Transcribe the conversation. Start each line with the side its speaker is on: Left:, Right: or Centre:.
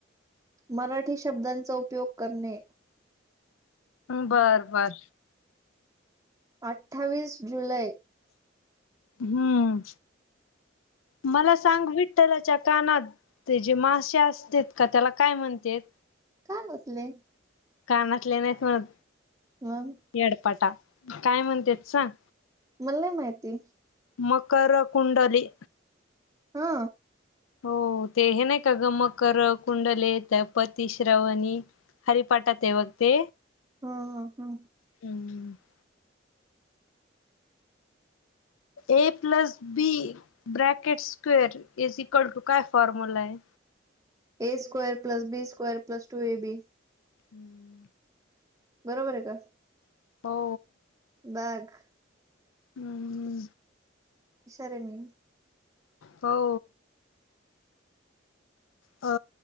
Right: मराठी शब्दांचा उपयोग करणे.
Left: बर बर
Right: अठ्ठावीस जुलै.
Left: हम्म मला सांग विठ्ठलाच्या कानात ते जे मासे असत्यात का त्याला काय म्हणतेत
Right: काय मचले
Left: काय मचले नाहीत म्हणत
Right: मग
Left: येडपाटा काय म्हणत्यात सांग
Right: मला नाही माहिती
Left: मकर कुंडली
Right: हा
Left: हो ते हे नाही का ग मकर कुंडले येत पतीश्रवणी हरी पाठात हाय बघ ते
Right: हू हू हू
Left: <inaudible> ए plus B bracket square is equal to काय फॉर्म्युला हाय
Right: A square plus B square plus two A बी
Left: <inaudible>
Right: बरोबर हाय का
Left: हो
Right: बघ
Left: हू हू
Right: हुशार हाय मी
Left: हो अ